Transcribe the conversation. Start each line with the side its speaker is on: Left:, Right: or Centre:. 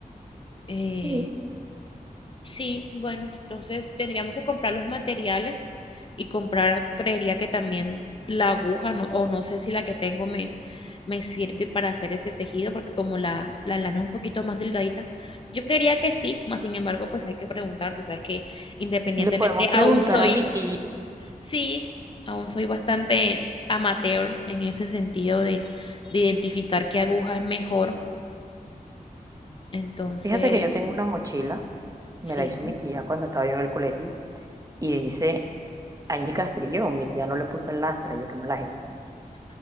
Left: Eh,
Right: Sí,
Left: Sí, bueno, entonces tendríamos que comprar los materiales y comprar, creería que también la aguja, no, o no sé si la que tengo me, me sirve para hacer ese tejido, porque como la, la lana es un poquito más delgadita, yo creería que sí, más sin embargo, pues hay que preguntar, tú sabes que independientemente,
Right: le podemos preguntar
Left: aún soy,
Right: a mi tía.
Left: sí, aún soy bastante amateur en ese sentido de, de identificar qué aguja es mejor, entonces,
Right: Fíjate que yo tengo una mochila, me
Left: sí,
Right: la hizo mi tía cuando estaba yo en el colegio, y dice Angie Castrillón, mi tía no le puso el lastra, yo qué mala gente.